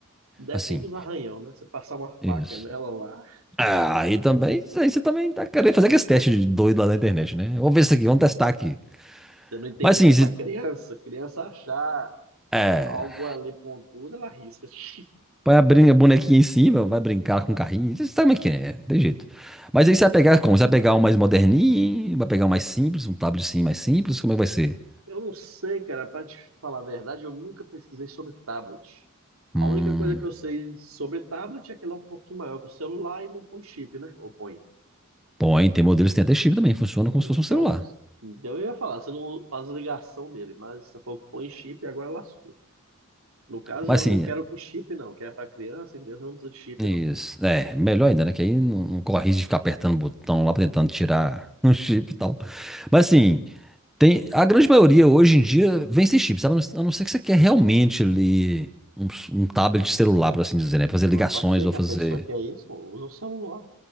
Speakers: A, on the right; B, in the centre.
A: Depende
B: Assim,
A: dos arranhão, né? Você passar uma
B: isso.
A: faca nela lá,
B: Ah, aí também, isso aí você também tá querendo fazer aqueles testes de doido lá na internet, né? Vamos ver isso aqui, vamos testar aqui.
A: você não entendeu
B: Mas sim
A: que é
B: se,
A: pra criança, criança achar
B: é,
A: algo ali pontudo, ela risca. <laughs>
B: põe a, brin- a bonequinha em cima, vai brincar com o carrinho, você sabe como é que é, tem jeito. Mas aí você vai pegar como? Você vai pegar um mais moderninho, vai pegar um mais simples, um tabletzinho mais simples, como é que vai ser?
A: Eu não sei, cara, pra te falar a verdade, eu nunca pesquisei sobre tablet. A
B: Hum,
A: única coisa que eu sei sobre tablet é que ele é um pouquinho maior que o celular e não põe chip, né? Ou põe.
B: bom, hein, tem modelos que tem até chip também, funciona como
A: Então,
B: se fosse um celular.
A: então eu ia falar, você não faz ligação dele, mas você falou que põe chip e agora lascou. No caso,
B: Mas
A: eu
B: assim,
A: não quero com chip, não, que é pra criança, criança não precisa de chip,
B: isso,
A: não.
B: é, melhor ainda, né? Que aí não, não corre risco de ficar apertando o botão lá, tentando tirar <laughs> um chip e tal. Mas assim, Tem, a grande maioria hoje em dia vem sem chip, sabe? A não a não ser que você quer realmente ali um, s- um tablet celular, por assim dizer, né? Fazer ligações
A: Pra que
B: ou
A: que
B: fazer.
A: a pessoa quer isso? Usa o celular.